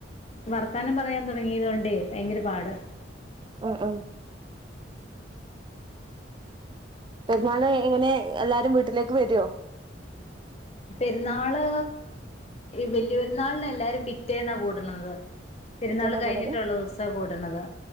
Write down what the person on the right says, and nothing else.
ആഹ് ആഹ് പെരുന്നാളിന് യെങ്ങനെ എല്ലാരും വീട്ടിലേക്ക് വരോ
പിറ്റേന്നാ
കൂടല്